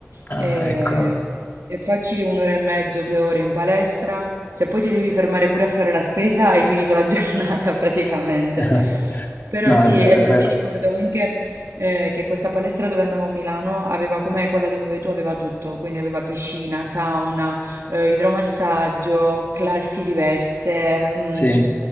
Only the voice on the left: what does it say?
Ah,
ecco.
<laughs>
No,
è vero,
è
vero.
Sì.